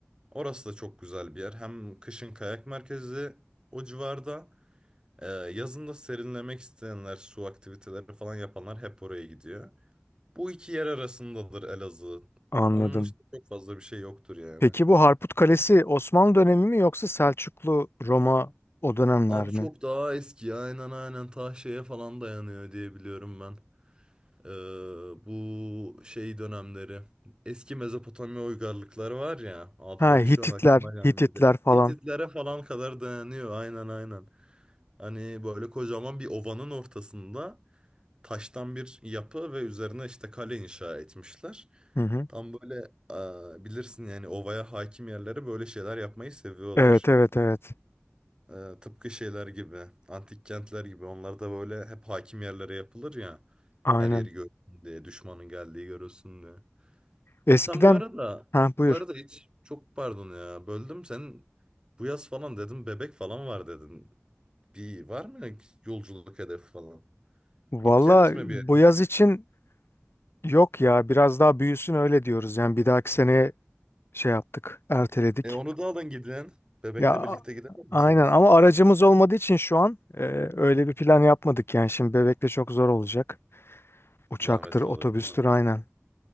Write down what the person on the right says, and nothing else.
Orası da çok güzel bir yer. Hem kışın kayak merkezi o civarda. e, yazın da serinlemek isteyenler, su aktiviteleri falan yapanlar hep oraya gidiyor. Bu iki yer arasındadır Elazığ.
Onun dışında çok fazla bir şey yoktur yani.
Abi
çok daha eski ya. Aynen aynen ta şeye falan dayanıyor diye biliyorum ben. Ee, bu şey dönemleri eski Mezopotamya uygarlıkları var ya adları
şu an aklıma gelmedi.
Hititlere falan kadar dayanıyor aynen aynen. Hani böyle kocaman bir ovanın ortasında taştan bir yapı ve üzerine işte kale inşa etmişler.
Tam böyle e, bilirsin yani ovaya hakim yerlere böyle şeyler yapmayı seviyorlar.
Ee, tıpkı şeyler gibi, antik kentler gibi onlar da böyle hep hakim yerlere yapılır ya.
Her yeri görsün diye, düşmanın geldiği görülsün diye.
Ya sen bu arada,
bu
arada hiç çok pardon ya böldüm sen bu yaz falan dedim bebek falan var dedin. Bir var mı yolculuk hedefi falan?
Gideceğiniz mi
bir yere?
E onu da alın gidin. Bebekle
birlikte gidemez misiniz?
Zahmetli
olur değil mi?